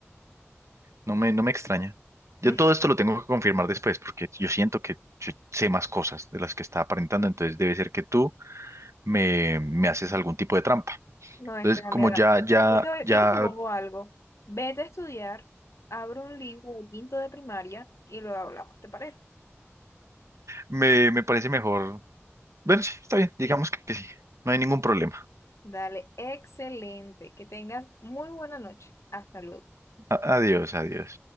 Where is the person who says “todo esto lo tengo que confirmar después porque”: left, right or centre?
Right